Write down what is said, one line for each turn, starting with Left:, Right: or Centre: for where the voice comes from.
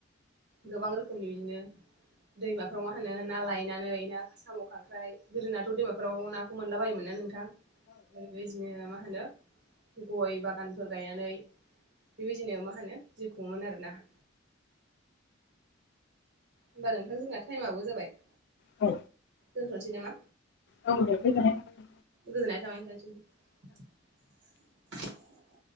Right: गोबां रोखोमनि बिदिनो दैमाफ्राव मा होनो ना लायनानै ना साम' खांख्राइ गोदोनाथ' दैमाफोराव नाखौ मोनला बायोमोन ना नोंथां आरोबायदिनो मा । मा होनो गय बागानफोर गायनानै बेबायदिनो मा होनो जिउखुङोमोन आरोना । होमबा नोंथां जोंना टाइमाबबो जाबाय ।
Left: औ,
Right: दोनथ'नोसै नामा?
Left: औ दे गोजोननाय थाबाय ।
Right: गोजोननाय थाबाय नोंथांनिसिम ।